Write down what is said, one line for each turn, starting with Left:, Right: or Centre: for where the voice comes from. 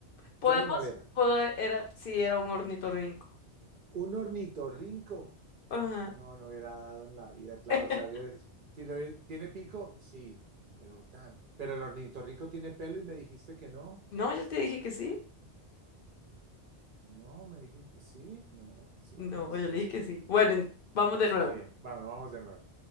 Left: podemos,
Right: ¿Qué animal era?
Left: pode- era, sí, era un ornitorrinco.
Right: Un ornitorrinco.
Left: Ajá.
Right: No, no hubiera dado en la vida, claro.
Left: <laughs>
Right: O sea, había- si lo hubiera- tiene pico, sí, pero tan. Pero el ornitorrinco tiene pelo y me dijiste que no.
Left: No, yo te dije que sí.
Right: No, me dijiste, sí, no, sí,
Left: No,
Right: me dijiste
Left: yo
Right: que
Left: le
Right: sí.
Left: dije que sí. Bueno, en- vamos
Right: Bueno,
Left: de
Right: está
Left: nuevo.
Right: bien. Bueno, vamos de nuevo.